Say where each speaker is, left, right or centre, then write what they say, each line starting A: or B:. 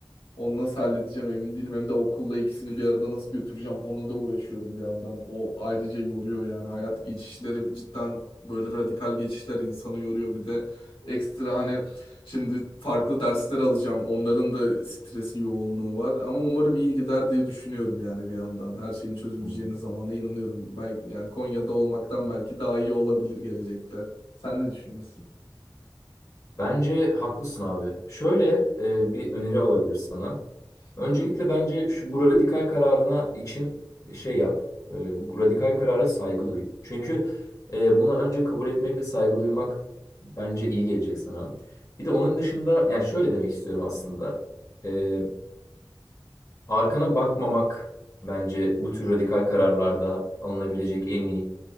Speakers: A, on the left (about 80°); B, on the left (about 35°).
A: Onu nasıl halledeceğim emin değilim. Hem de okulla ikisini bir arada nasıl götüreceğim onu da uğraşıyorum bir yandan. O ayrıca yoruyor yani. Hayat geçişleri cidden böyle radikal geçişler insanı yoruyor. Bir de ekstra hani şimdi farklı dersler alacağım. Onların da stresi yoğunluğu var. Ama umarım iyi gider diye düşünüyorum yani bir yandan. Her şeyin çözüleceğine
B: Hmm.
A: zamanla inanıyorum. Belki, yani Konya'da olmaktan belki daha iyi olabilir gelecekte. Sen ne düşünüyorsun?
B: Bence haklısın abi. Şöyle e, bir öneri olabilir sana.
A: <laughs>
B: Öncelikle bence şu bu radikal kararına için e, şey yap. E, bu radikal karara saygı duy. Çünkü e, buna önce kabul etmek ve saygı duymak bence iyi gelecek sana. Bir de onun dışında yani şöyle demek istiyorum aslında. E, arkana bakmamak bence bu tür radikal kararlarda alınabilecek en iyi